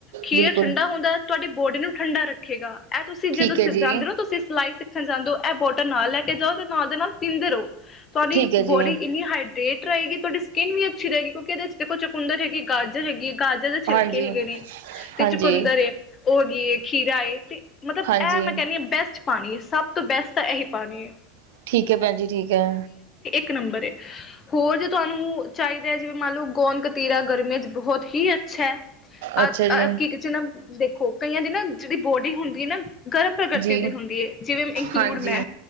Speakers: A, on the left (about 25°); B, on the right (about 75°).
A: ਖੀਰਾ
B: ਬਿਲਕੁਲ।
A: ਠੰਡਾ ਹੁੰਦਾ ਤੁਹਾਡੀ ਬੋਡੀ ਨੂੰ ਠੰਡਾ ਰੱਖੇਗਾ। ਇਹ ਤੁਸੀਂ
B: ਠੀਕ
A: ਜੇ ਤੁਂ
B: ਹੈ ਜੀ,
A: ਜਾਂਦੇ ਹੋੋ ਤੁਸੀਂ ਸਿਲਾਈ ਖਣ ਜਾਂਦੋ ਇਹ ਬੋਟਲ ਨਾਲ ਲੈ ਕੇ ਜਾਓ ਤੇ ਨਾਲ ਦੇ ਨਾਲ ਪੀਂਦੇ ਰਹੋ ਤੁਹਾਡੀ
B: ਠੀਕ ਹੈ
A: ਬੋਡੀ
B: ਜੀ,
A: ਇੰਨੀ ਹਾਈਡਰੇੇਟ ਰਹੇਗੀ ਤੁਹਾਡੀ ਸਕਿਨ ਵੀ ਅਛੀ ਰਹੇਗੀ ਕਿਉਂਕਿ ਇਹਦੇ ਚ ਦੇਖੋ ਚਕੁੰਦਰ ਹੈਗੀ ਗਾਜਰ ਹੈਗੀ ਗਾਜਰ ਦੇ
B: ਹਾਂਜੀ,
A: ਛਿਲਕੇ ਹੈਗੇ ਨੇ ਤੇ
B: ਹਾਂਜੀ।
A: ਚਕੁੰਦਰ ਏ ਉਹ ਖੀਰਾ ਏ ਤੇ ਮਤਲਬ
B: ਹਾਂਜੀ,
A: ਇਹ ਮੈਂ ਕਹਣੀ ਹਾਂ ਬੈਸਟ ਪਾਣੀ ਸਭ ਤੋਂ ਬੈਸਟ ਤਾਂ ਇਹੀ ਪਾਣੀ ਹੈ
B: ਠੀਕ। ਠੀਕ ਹੈ ਪੈਣ ਜੀ ਠੀਕ ਹੈ।
A: ਇਕ ਨੰਬਰ ਏ ਹੋਰ ਜੇ ਤੁਹਾਨੂੰ ਚਾਹੀਦਾ ਹੈ ਜਿਵੇਂ ਮੰਨ ਲਓ ਗੋਦਂ ਕਤੀਰਾ ਗਰਮੀਆਂ ਚ ਬਹੁਤ ਹੀ ਅੱਛਾ।
B: ਅੱਛਾ
A: ਅ
B: ਜੀ,
A: ਕੀ ਕ ਨਾ ਦੇਖੋ ਕਈਆਂ ਦੇ ਨਾ ਜਿਹੜੀ ਬੋਡੀ ਹੁੰਦੀ ਨਾ ਗਰਮ ਪ੍ਰਕ੍ਰਿਤੀ
B: ਜੀ,
A: ਦੀ ਹੁੰਦੀ ਹੈ ਜਿਵੇਂ ਇਨਕਲੂਡ
B: ਹਾਂਜੀ।
A: ਮੈਂ